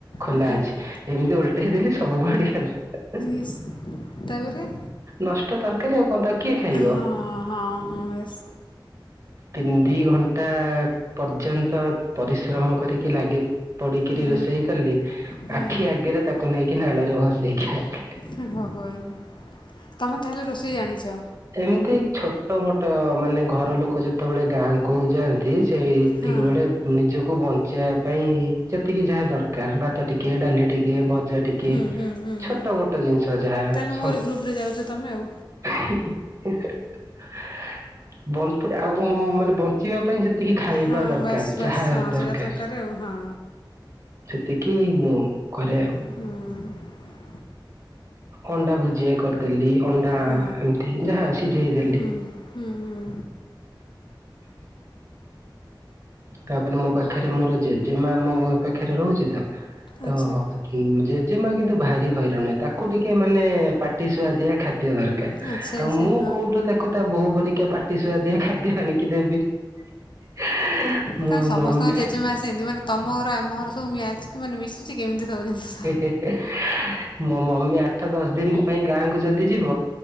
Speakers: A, on the right; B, on the left.
A: ଖୋଲା
B: ହୁଁ
A: ଅଛି ଏମିତି ଓଲଟେଇ ଦେଲି ସବୁ ପଡିଗଲା ହେ ହେ।
B: ଇସ୍। ତାପରେ।
A: ନଷ୍ଟ ତରକାରୀ ଆଉ କଣ ତାକୁ କିଏ ଖାଇବ?
B: ହଁ ହଁ ହଁ ବାସ୍
A: ତିନ ଦି ଘଣ୍ଟା ପର୍ଯ୍ୟନ୍ତ ପରିଶ୍ରମ କରିକି ଲାଗି। ପଡିକିରି
B: ହୁଁ
A: ରୋଷେଇ କଲି
B: ହୁଁ
A: ଆଖି ଆଗରେ ତାକୁ ନେଇକି ନାଳରେ ଭସେଇକି ଆଇଲି।
B: ହେ ଭଗବାନ୍ ତମେ ତାହେଲେ ରୋଷେଇ ଜାଣିଚ଼।
A: ଏମିତି ଛୋଟ ମୋଟ ମାନେ ଘର ଲୋକ ଯେତେବେଳେ ଗାଁ କୁ ଯାଆ ନ୍ତି ସେତିକି
B: ହଁ
A: ବେଳେ ଉଁ ନିଜକୁ ବଞ୍ଚେଇବା ପାଇଁ ଯେତିକି ଯାହା ଦରକାର ଭାତ ଟିକେ ଡାଲି ଟିକେ ଭଜା ଟିକେ
B: ହୁଁ ହୁଁ ହୁଁ
A: ଛୋଟ
B: ହୁଁ
A: ମୋଟ ଜିନିଷ ଯାହା
B: ତାହେଲେ
A: ସନ।
B: ମୋରି ଗ୍ରୁପରେ ଯାଉଛ ତମେ ଆଉ
A: ହେ ହେ ହେ ହେ ହେ ହେ ବନଫୁଟା ଆଉ ମୁଁ ମୁଁ ମାନେ ବଞ୍ଚିବା ପାଇଁ ଯେ ଟିକେ ଖାଇବା
B: ହଁ
A: ଦରକାର
B: ବାସ୍ ବାସ୍
A: ଯାହା
B: ହଁ
A: ଦରକାର।
B: ସେଇଟା ଆଉ ହଁ
A: ସେତିକି ମୁଁ କରେ ଆଉ।
B: ହୁଁ।
A: ଅଣ୍ଡା ଭୁଜିଆ କରିଦେଲି। ଅଣ୍ଡା
B: ହଁ
A: ଏମିତି ଯାହା ସିଝେଇ ଦେଲି
B: ହୁଁ ହୁଁ ହୁଁ।
A: ତାପରେ ମୋ ପାଖରେ ମୋର ଜେଜେମା ମୋ ପାଖରେ ରହୁଚି ତ ତ
B: ଆଚ୍ଛା
A: ହି ଜେଜେମା କିନ୍ତୁ ଭାରି ହଇରାଣ ହୁଏ। ତାକୁ ଟିକେ ମାନେ ପାଟି ଶୁଆଦିଆ ଖାଦ୍ୟ ଦର
B: ଆଚ୍ଛା
A: ଆଉ
B: ଆଚ୍ଛା
A: ମୁଁ
B: ହଁ
A: କୋଉଠୁ ତାକୁ ତା ବୋହୂ ପରିକା ପାଟି ସୁୁଆଦିଆ ଖାଦ୍ୟ ଆଣିକି ଦେବି? <inaudible>
B: କାରଣ ସମସ୍ତଙ୍କ
A: ମମି
B: ଜେଜେମା ସେମିତି। ମାନେ ତମ ଘର ଆମ ଘର ସବୁ ମ୍ୟାଚ୍ କି ମାନେ ମିଶୁଚି କେମିତି ସବୁ ଜିନିଷ।
A: ମୋ ମମି ଆଠ ଦଶ ଦିନ ପାଇଁ ଗାଁକୁ ଯଦି ଯିବ